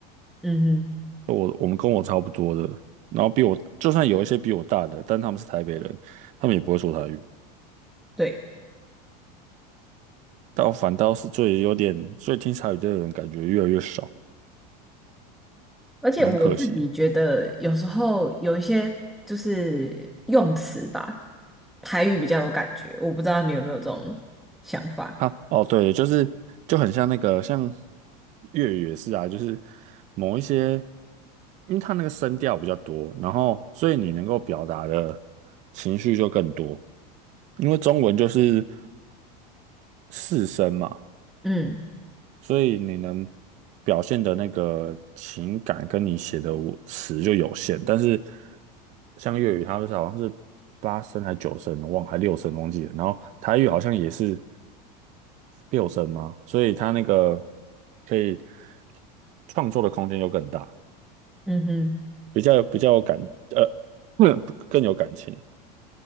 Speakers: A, in the centre; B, on the right.
A: 嗯哼，
B: 我我们跟我差不多的，然后比我，就算有一些比我大的，但他们是台北人，他们也不会说台语，
A: 对。
B: 但我反倒是最有点，所以听台语的人感觉越来越少，
A: 而且我自己觉得，
B: 蛮可惜。
A: 有时候有一些就是用词吧，台语比较有感觉。我不知道你有没有这种想法？
B: 啊，哦，对，就是就很像那个，像粤语也是啊，就是某一些，因为它那个声调比较多，然后所以你能够表达的情绪就更多，因为中文就是四声嘛，
A: 嗯
B: 所以你能表现的那个情感跟你写的文词就有限，但是像粤语，它们是好像是八声还九声，我忘了还六声忘记了，然后台语好像也是。六神嘛，所以它那个可以创作的空间又更大，
A: 嗯哼，
B: 比较比较有感，呃，嗯更有感情。